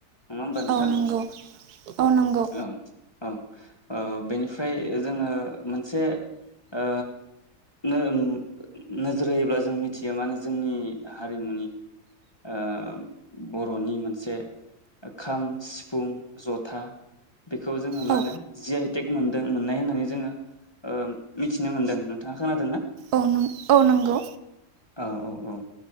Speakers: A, on the left; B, on the right.
A: नङा होमबा नोंथां
B: औ नंगौ औ नंगौ
A: औ औ ओ बेनिफ्राय जोङो मोनसेनो ओ नोजोर होयोब्ला जों मिथिया होन जोंनि हारिमुनि आ बर'नि मोनसे खाम सिफुं जथा बेखौ जोङो मा
B: औ
A: होनो जि आइटेक मोनदों मोननाय होन जोङो ओ मिथिनो मोनदों नोंथाङा खोनादों ना?
B: औ न औ नंगौ
A: औ औ औ